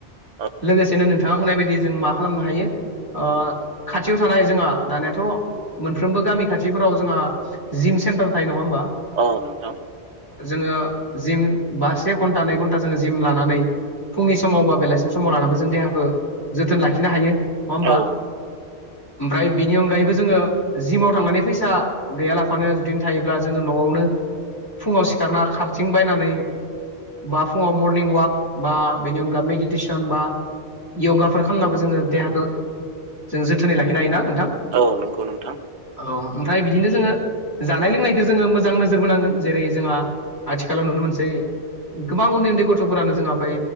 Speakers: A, on the right; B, on the left.
A: औ
B: लोगोसेनो नोंथाङा बुंनाय बायदि जों मा खालामनो हायो ओ खाथियाव थानाय जोंहा दानियाथ' मोनफ्रोमबो गामि खाथिफोराव जोंहा जिम सेनतार थायो नङा ओमबा
A: औ नोंथां
B: जोङो जिम बा से घन्टा नै घन्टा जोङो जिम लानानै फुंनि समाव बा बेलासिनि समाव लानाबो जों देहाखौ जोथोन लाखिनो हायो। नङा ओमबा
A: औ
B: ओमफ्राय बिनि अनगायैबो जोङो जिमाव थांनानै फैसा गैया लाफानो जुदि थायोब्ला जोङो न'वावनो फुङाव सिखारना खारथिं बायनानै बा फुङाव मरनिं अवाक बा बेनि अनगा मेडिटेसन बा यगाफोर खालामनाबो जोङो देहाखौ जों जोथोनै लाखिनो हायोना नोंथां
A: औ नंगौ नोंथां
B: औ ओमफ्राय बिदिनो जोङो जानाय लोंनायखो जोङो मोजां नोजोर बोनांगोन जेरै जोंहा आथिखालाव नुनो मोनसै गोबां उन्दै उन्दै गथ'फोरानो जोंहा बै